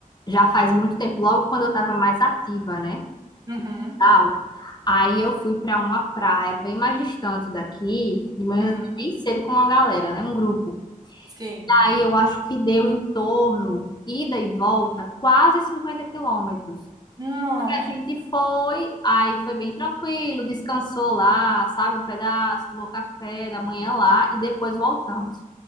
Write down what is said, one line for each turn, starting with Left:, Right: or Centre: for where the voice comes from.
Left: já faz muito tempo, logo quando eu estava mais ativa, né?
Right: Uhum,
Left: Tal. Aí eu fui para uma praia bem mais distante daqui, de manhã
Right: uhum,
Left: bem cedo com uma galera, né? Um grupo.
Right: sim.
Left: Aí eu acho que deu em torno, ida e volta, quase 50 quilômetros.
Right: No,
Left: A gente foi, aí foi bem tranquilo, descansou lá, sabe, um pedaço, tomou café da manhã lá e depois voltamos.